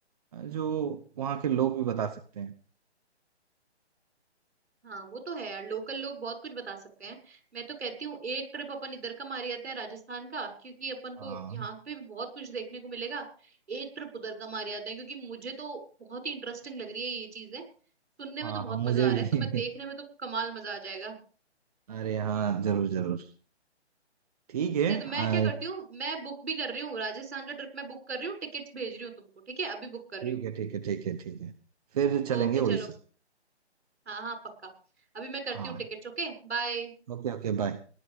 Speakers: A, on the right; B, on the right.
A: अ, जो वहाँ के लोग भी बता सकते हैं
B: हाँ वो तो है यार लोकल लोग बहुत कुछ बता सकते हैं मैं तो कहती हूँ एक ट्रिप अपन इधर का मार आते हैं राजस्थान का क्योंकि अपन
A: हाँ
B: को यहाँ पे भी बहुत कुछ देखने को मिलेगा एक ट्रिप उधर का मार आते हैं क्योंकि मुझे तो बहुत ही इंटरेस्टिंग लग रही है ये चीजें सुनने
A: हाँ
B: में तो बहुत
A: हाँ मुझे
B: मजा आ
A: भी
B: रहा है तो मैं देखने में तो कमाल मजा आ जाएगा
A: <laughs> अरे हाँ जरूर जरूर ठीक
B: ठीक
A: है
B: है तो मैं
A: आ,
B: क्या करती हूँ मैं बुक भी कर रही हूँ राजस्थान का ट्रिप मैं बुक कर रही हूँ टिकट्स भेज रही हूँ तुमको ठीक है अभी बुक कर रही
A: ठीक
B: हूँ
A: है ठीक है ठीक है ठीक है फिर चलेंगे
B: ओके चलो
A: उड़ीसा
B: हाँ हाँ पक्का अभी मैं करती
A: हाँ
B: हूँ टिकट्स Okay bye
A: ओके ओके बाय